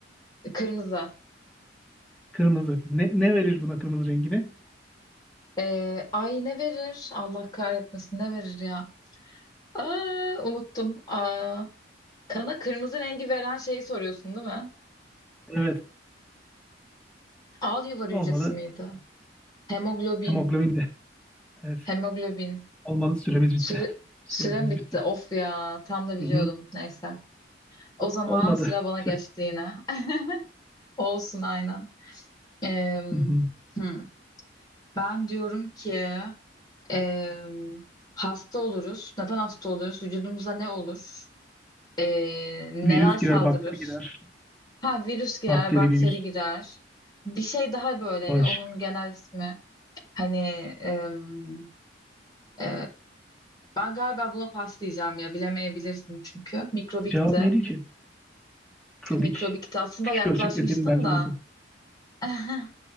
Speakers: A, on the left; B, in the centre.
A: kırmızı.
B: Kırmızı. Ne, ne verir buna kırmızı rengini?
A: Ee, ay ne verir? Allah kahretmesin ne verir ya? Aa, unuttum. Aa, kana kırmızı rengi veren şeyi soruyorsun değil mi?
B: Evet.
A: Al yuvar hücresi
B: Olmadı.
A: miydi? Hemoglobin.
B: Hemoglobin de. Evet.
A: Hemoglobin.
B: Olmadı. Süremiz bitti.
A: Süre,
B: Süremiz
A: sürem bitti.
B: bitti.
A: Of ya. Tam da biliyordum.
B: Hı hı.
A: Neyse. O zaman
B: Olmadı.
A: sıra bana
B: Tüh.
A: geçti yine. <laughs> Olsun aynen. Em,
B: Hı hı.
A: hmm. Ben diyorum ki em, hasta oluruz. Neden hasta oluyoruz? Vücudumuza ne olur? Ee, neler
B: Virüs
A: saldırır?
B: girer, bakteri girer.
A: Ha virüs girer,
B: Bakteri,
A: bakteri
B: virüs,
A: girer. Bir şey daha böyle hani
B: bağışık.
A: onun genel ismi. Hani em, e, ben galiba buna pas diyeceğim ya bilemeyebilirsin çünkü. Mikrobikti.
B: Cevap neydi ki? Krobik.
A: Mikrobikti aslında
B: Küçük
A: yaklaşmıştın
B: ölçek deseydin belki
A: da.
B: olurdu.
A: <laughs>